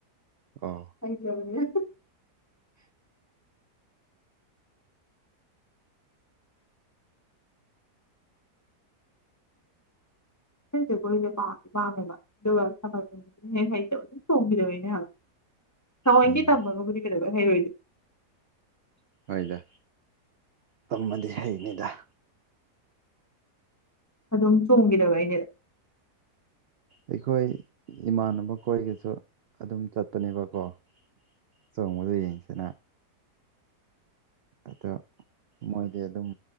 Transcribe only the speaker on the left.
ꯊꯪꯕꯅꯦ ꯇꯦ ꯑꯣꯏꯣꯏꯗꯦ ꯄ ꯄꯥꯝꯃꯦꯕ ꯑꯗꯨꯒꯅ ꯍꯦꯛ ꯍꯩꯇꯕ ꯑꯗꯨꯝ ꯆꯣꯡꯝꯕꯤꯗꯅꯦ ꯍꯂ ꯊꯑꯣꯏꯗꯤ
ꯇꯝꯃꯒꯕꯨꯗꯤ ꯀꯩꯗꯧ ꯍꯥꯏꯩꯔꯣꯏꯗꯗꯤ
ꯑꯗꯨꯝ ꯆꯣꯡꯈꯤꯗꯕ ꯑꯩꯅꯦ